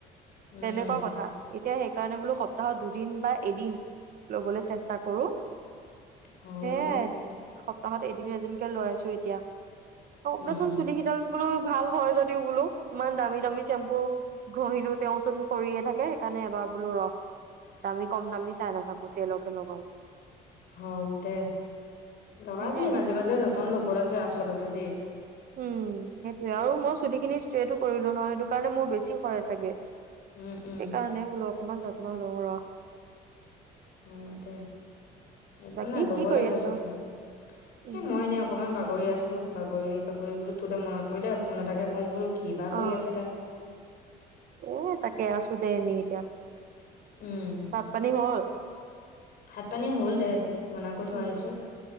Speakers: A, on the left; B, on the right.
A: উম
B: তেনেকুৱাঁ কথা, এতিয়া সেইকাৰণে বোলো সত সপ্তাহত দুদিন বা এদিন লবলৈ চেষ্টা কৰো।
A: হয়
B: সেইয়ায়ে
A: দে
B: সপ্তাহত এদিন এদিনকে লৈ আছো এতিয়াঁ। হওক
A: উম
B: দেচোন চুলিখিনি <inaudible> ভাল হয় যদিও বোলো, ইমান দামী দামী চেম্পু ঘঁহিলো তেওঁচোন সৰিয়ে থাকে, সেইকাৰণে এবাৰ বোলো ৰহ। দামী কম দামী চাই নাথাকো, তেলকে লগাও।
A: হওঁক দে, লগাবি
B: সেয়াই
A: মাজে মাজে জতন ল'ব লাগে আচলতে দেই।
B: উম সেইটোয়েই আৰু মই চুলিখিনি ষ্ট্ৰেটো কৰিলোঁ নহয়। সেইটো কাৰণে মোৰ বেছি সৰে চাগে।
A: উম উম।
B: সেইকাৰণে বোলো অকনমান যত্ন লওঁ ৰহ।
A: হ'য় দে, একো
B: বাকী
A: নাই ল'ব
B: কি কৰি
A: লাগে
B: আছ
A: জতন।
B: উম
A: এই মই এনে অকণমান বাগৰি আছোঁ। বাগৰি বাগৰি বোলো তোৰ লে মনত পৰিলে ফোন এটাকে কওঁ বোলো কিবা
B: অ
A: কৰি আছে তাই।
B: এ তাকে আছোঁ দে এনেই এতিয়া।
A: উম
B: ভাত -পানী হ'ল?
A: ভাত - পানী হ'ল দে, বনাই কৰি থৈ
B: উম
A: আহিছোঁ।